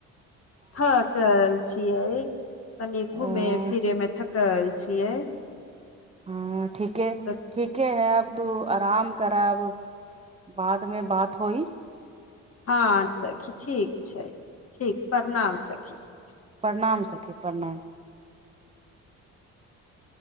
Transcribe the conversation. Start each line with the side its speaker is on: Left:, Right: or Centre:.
Left: थकल छियै तनी
Right: अ
Left: घूमे फिरे मे थक कल छियै
Right: हँ ठीक ह
Left: तऽ
Right: ठीके है अब तू आराम कराब बाद मे बात होई
Left: हँं सखी ठीक छै ठीक प्रणाम सखी जी
Right: प्रणाम सखी प्रणाम